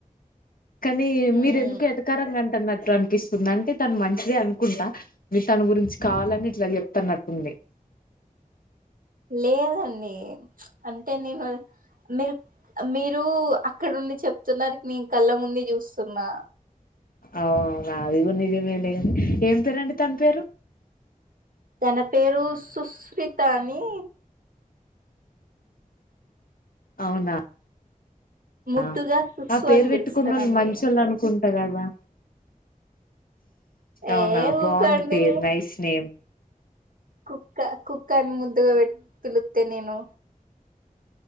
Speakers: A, on the left (about 80°); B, on the right (about 75°).
A: కానీ
B: ఉమ్
A: మీరు ఎందుకు ఎతకారంగా అంటారున్నకు ట్లనిపిస్తుంది అంటే తను మంచిద అనుకుంటా మీరు తన గురించి కావాలని ఇట్లా చెప్తానట్టుంది
B: లేదండి అంటే మేమా మీరు మీరు అక్కడండి చెప్తున్నారు నేను కళ్ళ ముందే చూస్తున్నా
A: అవున ఆది కూడా నిజమేలే ఏం పేరండి తన పేరు
B: తన పేరు సుస్మిత అని
A: అవునా
B: ముద్దుగా
A: ఆ
B: సుస్సు
A: ఆ పేరు
B: అని
A: పెట్టుకున్నోళ్లు
B: పిలుస్తానండి
A: మంచోళ్ళు అనుకుం దారావా అవునా
B: ఏ
A: బాగుంది
B: ఊకండి
A: పేరు నైస్ నేమ్
B: కుక్క కుక్కాని ముద్దుగా బట్ పిలుత్తే నేను